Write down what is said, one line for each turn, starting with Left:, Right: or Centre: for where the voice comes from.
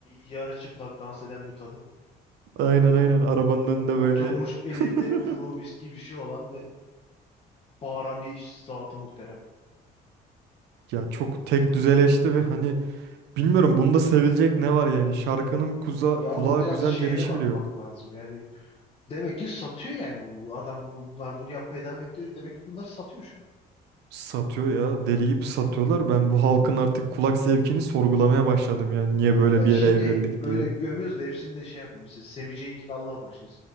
Left: yarı çıplak dans eden bir kadın.
Right: Aynen aynen. Arabanın önünde
Left: Oturmuş
Right: böyle <laughs>
Left: elinde pro viski bir şey olan ve bağıran bir zatı muhterem.
Right: ya çok tek düzeleşti ve hani bilmiyorum bunda sevilecek ne var yani. Şarkının kuza,
Left: Ya
Right: kulağa
Left: ona biraz
Right: güzel
Left: şeye
Right: gelişi
Left: de bakmak
Right: bile yok.
Left: lazım yani Demek ki satıyor yani bu adam bunlar bunu yapmaya devam ettiriyor. Demek ki bunlar satıyor şu an.
Right: Satıyor ya. Deli gibi satıyorlar. Ben bu halkın artık
Left: Hı.
Right: kulak zevkini sorgulamaya başladım yani. Niye böyle
Left: Ya
Right: bir
Left: şimdi
Right: yere evrildik
Left: böyle
Right: diye.
Left: gömüyoruz da hepsini de şey yapmıyor. Mesela Sammy Cenk'in Allah var. Şimdi